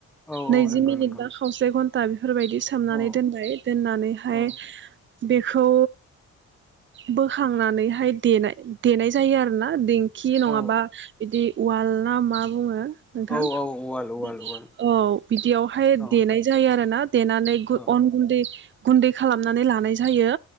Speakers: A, in the centre; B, on the right.
A: औ
B: नैजि
A: औ नंगौ
B: मिनिट
A: नंगौ।
B: बा खावसे घन्ट दा बेफोरबायदि सोमनानै
A: औ
B: दोनबाय दोननानैहाय
A: औ
B: बेखौ बोखांनानैहाय देनाय देनाय जायो आरोना देंखि नङाबा
A: औ
B: बिदि उवाल ना मा बुङो? नोंथां
A: औ औ उवाल उवाल
B: बिदि
A: उवाल
B: औ बिदियावहाय
A: औ
B: देनाय जायो आरोना। देनानै
A: औ
B: अन गुन्दै गुन्दै खालामनानै लानाय जायो।